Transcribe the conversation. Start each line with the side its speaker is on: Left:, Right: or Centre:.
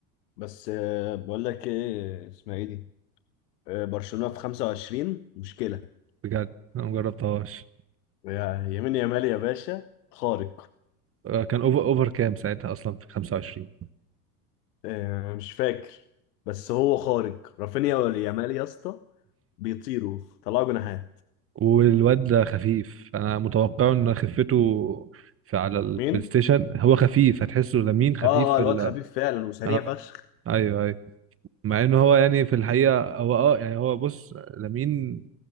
Left: بس آه، بقول لك ايه اسمها ايه دي آه، برشلونة في 25 مشكلة
Right: بجد انا مجربتهاش
Left: يا- يمين يامال يا باشا خارق
Right: آه، كان اوفر اوفر كام ساعتها اصلا في 25
Left: آه، مش فاكر بس هو خارق رافينيا ولا يامال يا اسطى بيطيروا طلعوا جناحات
Right: والواد ده خفيف انا متوقع ان خفته في على البلاي
Left: مين
Right: ستيشن هو خفيف هتحسه لمين خفيف
Left: اه
Right: في
Left: اه الواد
Right: ال
Left: خفيف فعلا وسريع
Right: اه
Left: فشخ
Right: ايوه ايوه مع ان هو يعني في الحقيقه هو اه يعني هو بص لمين